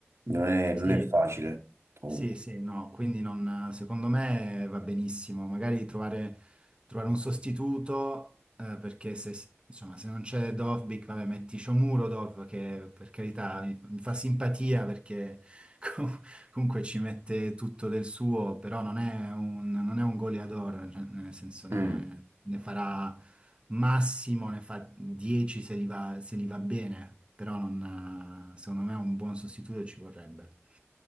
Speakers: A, on the right (about 80°); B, on the right (about 25°).
A: Non è, non
B: Sì,
A: è facile. Comunque.
B: Sì, sì, no, quindi non- secondo me va benissimo, magari trovare, trovare un sostituto, eh, perché se, insomma, se non c'è Dovbyk, vabbè, metti Shomurov, che per carità mi, mi fa simpatia perché <laughs> com- comunque ci mette tutto del suo, però non è un, non è un goleador, cioè, nel senso ne,
A: Mm.
B: ne farà massimo, ne fa 10 se li va, se li va bene, però non, eh, secondo me un buon sostituto ci vorrebbe.